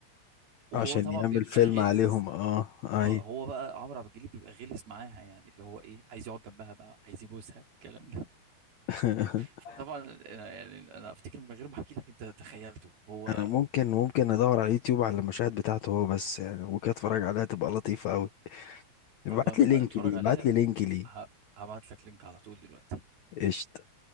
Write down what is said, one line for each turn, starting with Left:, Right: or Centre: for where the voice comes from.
Right: وهو
Left: عشان
Right: طبعا
Left: يعمل
Right: بيبقى
Left: فيلم عليهم
Right: غلس
Left: اه اي
Right: اه هو بقى عمرو عبد الجليل بيبقى غلس معاها يعني اللي هو ايه عايز يقعد جنبها بقى عايز يبوسها الكلام ده
Left: <laughs>
Right: فطبعا أنا- يعني انا افتكر من غير ما احكي لك انت تخيلته هو
Left: انا ممكن ممكن ادور على اليوتيوب على المشاهد بتاعته هو بس يعني وكده اتفرج عليها تبقى لطيفة قوي ابعت
Right: طب بامانه
Left: لي لينك
Right: اتفرج
Left: ليه
Right: عليها
Left: ابعت لي لينك ليه
Right: ه- هبعت لك لينك على طول دلوقتي
Left: قشطة.